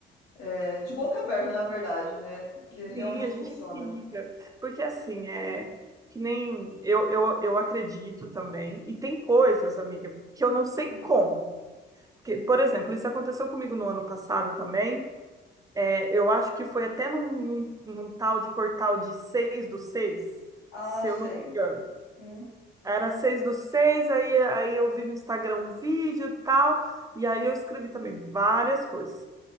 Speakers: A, on the left (about 70°); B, on the right (about 15°).
A: eh, de boca aberta, na verdade, né? Porque realmente
B: Sim, a gente
A: funciona.
B: fica, porque assim, é que nem eu, eu, eu acredito também, e tem coisas, amiga, que eu não sei
A: Hum.
B: como. Porque, por exemplo, isso aconteceu comigo no ano passado também É, eu acho que foi até num, num- num tal de portal de 6 do 6,
A: Ah,
B: se
A: sei.
B: eu não me engano.
A: Uhum,
B: Era 6 do 6 aí, aí eu vi no Instagram um vídeo e tal, e aí eu escrevi também várias coisas.